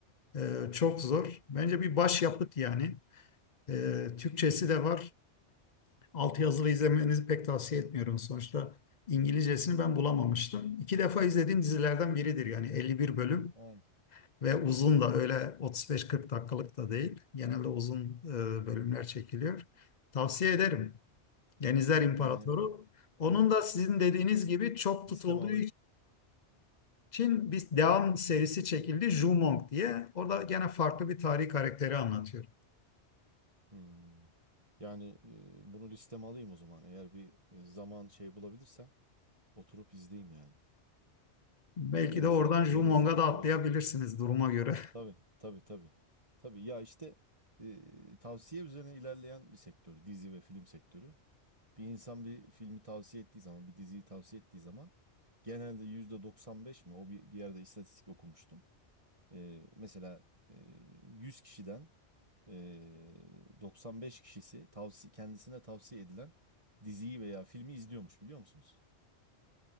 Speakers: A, on the left; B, on the right.
A: e, çok zor. Bence bir başyapıt yani. E, Türkçesi de var. Altyazılı izlemenizi pek tavsiye etmiyorum. Sonuçta İngilizcesini ben bulamamıştım. İki defa izlediğim dizilerden biridir yani 51 bölüm.
B: On.
A: Ve uzun da öyle 35-40 dakikalık da değil. Genelde uzun e, bölümler çekiliyor. Tavsiye
B: Hı hı.
A: ederim. Denizler İmparatoru.
B: Yani
A: Onun
B: in-
A: da sizin dediğiniz
B: list-
A: gibi çok
B: listeme
A: tutulduğu
B: alayım.
A: için bir devam serisi çekildi. Jumong diye. Orada gene farklı bir tarihi karakteri anlatıyor.
B: Hmm. Yani e, bunu listeme alayım o zaman. Eğer bir e, zaman şey bulabilirsem oturup izleyeyim yani.
A: Belki
B: Denizler
A: de oradan
B: Denizler
A: Jumong'a
B: İmparatoru.
A: da atlayabilirsiniz duruma göre.
B: Tabii tabii tabii. Tabii ya işte e, tavsiye üzerine ilerleyen bir sektör. Dizi ve film sektörü. Bir insan bir filmi tavsiye ettiği zaman bir diziyi tavsiye ettiği zaman genelde %95 mi o bir, bir yerde istatistik okumuştum. Ee, mesela e, 100 kişiden e, 95 kişisi tavsi kendisine tavsiye edilen diziyi veya filmi izliyormuş biliyor musunuz?